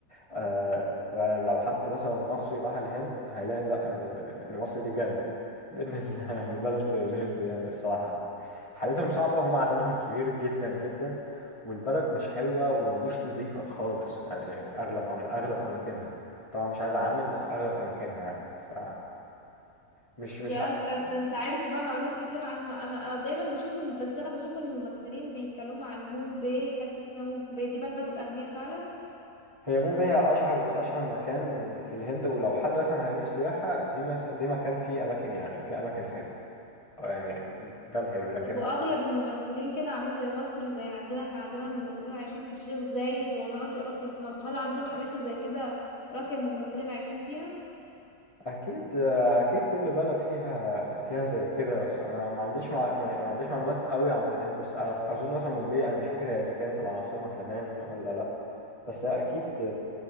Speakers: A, on the left; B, on the left.
A: آه فلو حد مثلا مصري راح الهند هيلاقي لا انه ان مصر دي جنة بالنسبة <laughs> لبلد زي الهند يعني الصراحة حالتهم صعبة وهم عددهم كبير جدا جدا والبلد مش حلوة ومش نظيفة خالص يعني اغلب أم اغلب اماكنها طبعا مش عايز اعمم بس اغلب اماكنها يعني، ف مش مش
B: يا ت- ت- انت عارف بقى معلومات كتير عنها انا دايما بشوف إن- بس انا بشوف ان الممثلين بيتكلموا عن مومباي حته اسمها مومباي دي بلد الاغنياء فعلا
A: هي مومباي هي اشهر اشهر مكان في الهند ولو حد مثلا هيروح سياحة دي مس- دي مكان فيه اماكن يعني فيه اماكن حلوة أو يعني ده الحلو لكن
B: واغلب الممثلين كده عاملين زي مصر زي عندنا احنا عندنا الممثلين عايشين في الشيخ زايد ومناطق راقيه في مصر هل عندهم اماكن زي كده راقيه الممثلين عايشين فيها
A: اكيد اكيد كل بلد فيها فيها زي كده بس انا ما عنديش مع... ما ما عنديش معلومات قوي عن الهند بس أ- اظن مثلا مومباي انا مش فاكر هي اذا كانت العاصمة كمان ولا لا بس هي اكيد